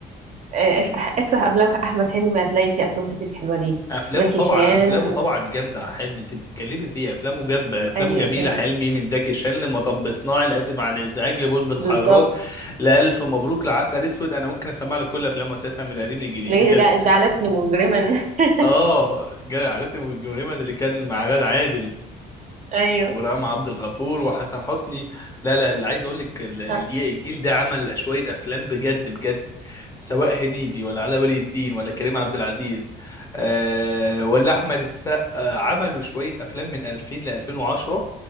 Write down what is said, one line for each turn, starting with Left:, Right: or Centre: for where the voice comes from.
Right: آه، افتح افتح افلام احمد حلمي هتلاقي فيه افلام كتير حلوه ليه
Left: افلامه
Right: زكي
Left: طبعا
Right: شان
Left: افلامه طبعا جامده يا حلمي انت بتتكلمي فيه افلامه جاب افلامه
Right: ايوه
Left: جميله
Right: ايوه
Left: حلمي من زكي شان لمطب صناعي لاسف عن الازعاج لبلبل
Right: بالظبط
Left: حيران لالف مبروك لعسل اسود انا ممكن اسمع لك كل افلامه اساسا من القديم للجديد
Right: ليه
Left: بجد
Right: جع- جعلتني مجرما <laughs>
Left: اه جاي عائلتنا والجريمه اللي كان مع غادة عادل
Right: ايوه
Left: ورام عبد الغفور وحسن حسني لا لا اللي عايز اقول لك الجيل,
Right: آه،
Left: الجيل ده عمل شويه افلام بجد بجد سواء هنيدي ولا علاء ولي الدين ولا كريم عبد العزيز آه ولا احمد السقا عملوا شويه افلام من 2000 ل 2010